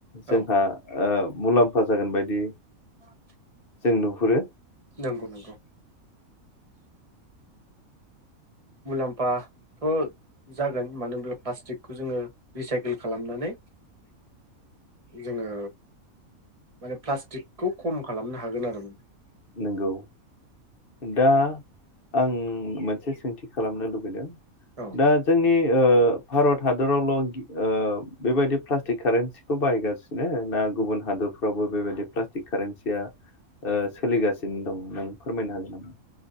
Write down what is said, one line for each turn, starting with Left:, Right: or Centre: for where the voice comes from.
Left: जोंहा
Right: औ
Left: ओ मुलाम्फा जागोन बायदि
Right: <inaudible>
Left: जों नुहुरो
Right: नंगौ नंगौ। मुलाम्फाथ' जागोन मानो होनब्ला प्लास्टिकखौ जोङो रिसाइकेल खालामनानै जोङो माने प्लास्टिकखौ खम खालामनो हागोन आरो माने।
Left: नंगौ। दा आं मोनसे सोंथि खालामनो लुबैदों।
Right: औ
Left: दा जोंनि भारत हादरावल' बेबायदि प्लास्टिक कारेन्सिखौ बाहायगासिनो ना? गुबुन हादरफ्रावबो बेबायदि प्लास्टिक कारेन्सिया ओ सोलिगासिनो दं नों फोरमायनो हागोन नामा?